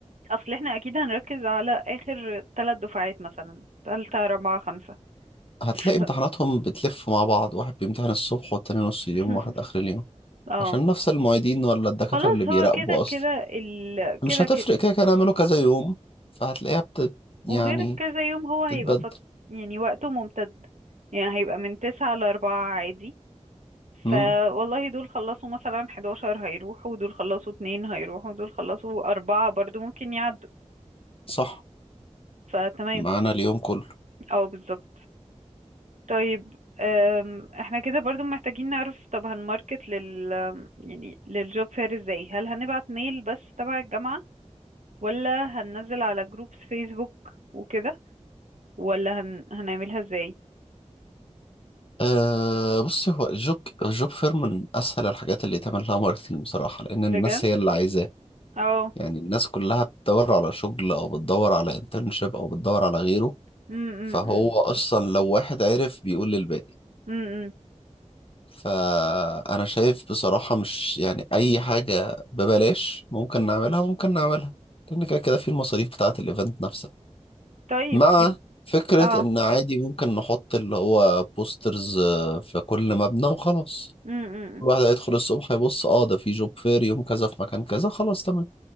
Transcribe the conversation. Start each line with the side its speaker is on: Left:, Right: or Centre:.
Right: اصل احنا اكيد هنركز على اخر ثلاث دفعات مثلا ثالثة رابعة خمسة
Left: هتلاقي
Right: ف...
Left: امتحاناتهم بتلف مع بعض واحد بيمتحن الصبح والتاني نص اليوم
Right: <laughs>
Left: وواحد آخر اليوم
Right: اه
Left: عشان نفس المعيدين ولا الدكاترة
Right: خلاص
Left: اللي بيراقبوا
Right: هو كده
Left: أصلا
Right: كده ال...
Left: مش
Right: كده
Left: هتفرق
Right: كده
Left: كده كده نعمله كذا يوم فهتلاقيها بت يعني
Right: وغير كذا يوم هو هيبقى
Left: بتتبدل
Right: فت... يعني وقته ممتد يعني هيبقى من تسعة لأربعة عادي
Left: امم
Right: فوالله دول خلصوا مثلا حداشر هيروحوا ودول خلصوا اتنين هيروحوا ودول خلصوا أربعة برضو ممكن يعدوا
Left: صح
Right: فتمام
Left: معانا اليوم كله
Right: اه بالظبط طيب أم، احنا كده برضو محتاجين نعرف طب هنماركت لل يعني للجوب فير ازاي هل هنبعت ميل بس تبع الجامعة ولا هننزل على جروبس فيسبوك وكده ولا هن... هنعملها ازاي
Left: أه بص هو الجوب الجوب فير من اسهل الحاجات اللي يتعمل لها ماركتنج بصراحه لان الناس
Right: بجد
Left: هي اللي عايزاه
Right: اه
Left: يعني الناس كلها بتدور على شغل او بتدور على انترنشيب او بتدور على غيره
Right: م-
Left: فهو
Right: م- م.
Left: اصلا لو واحد عرف بيقول للباقي
Right: م- م.
Left: فانا شايف بصراحه مش يعني اي حاجه ببلاش ممكن نعملها ممكن نعملها لان كده كده في المصاريف بتاعه الايفنت نفسها
Right: طيب
Left: مع
Right: يب...
Left: فكره
Right: اه
Left: ان عادي ممكن نحط اللي هو بوسترز في كل مبنى وخلاص
Right: م- م- م.
Left: الواحد هيدخل الصبح يبص اه ده في جوب فير يوم كذا في مكان كذا خلاص تمام